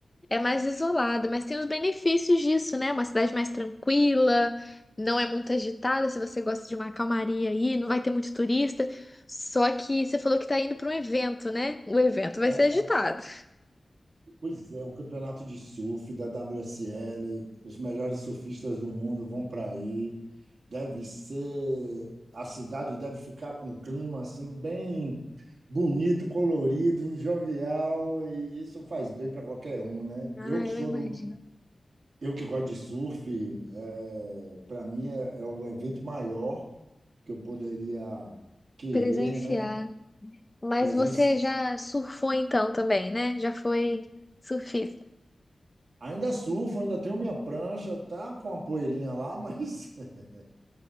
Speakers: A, on the left; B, on the right.
A: É mais isolado, mas tem os benefícios disso, né? Uma cidade mais tranquila, não é muito agitada, se você gosta de uma calmaria aí, não vai ter muito turista. Só que você falou que tá indo para um evento, né? O evento vai
B: é,
A: ser agitado.
B: pois é, um campeonato de surf da WSL. Os melhores surfistas do mundo vão para aí. Deve ser. A cidade deve ficar com um clima assim, bem bonito, colorido, jovial, e isso faz bem para qualquer um, né?
A: Ah,
B: Eu que
A: eu
B: sou
A: imagino.
B: do Eu que gosto de surf, é, para mim é, é o evento maior que eu poderia querer,
A: Presenciar.
B: né?
A: Mas
B: Presenciar.
A: você já surfou então também, né? Já foi surfista.
B: Ainda surfo, ainda tenho minha prancha, tá com a poeirinha lá, mas <laughs>